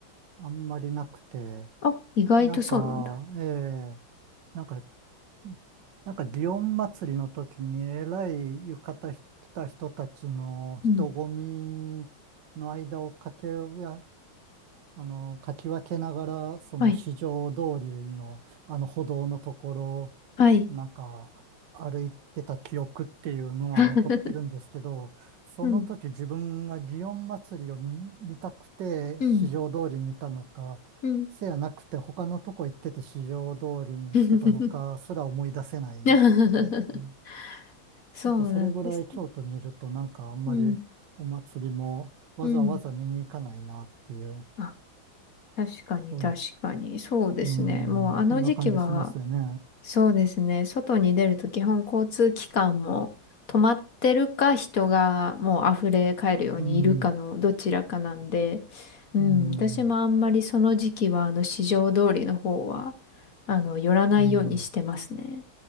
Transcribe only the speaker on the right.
あんまりなくて、
なんか、ええなんかうんなんか、祇園祭りの時に、えらい浴衣着た人たちの人混みの間を駆け
あの、かき分けながら、その市場通りの、
あの歩道のところ、
なんか、歩いてた記憶っていうのは残ってるんですけど、
その時自分が祇園祭を見見たくて市場通りにいたのか、
せやなくて他のとこ行ってて市場通りに行ってたのか、
すら思い出せない。
うん
なんかそれぐらい京都にいると、なんかあんまりお祭りもわざわざ見に行かないなっていう。
そういう
う
ん、そんな感じしますよね。
うん、
うん、
う
ん、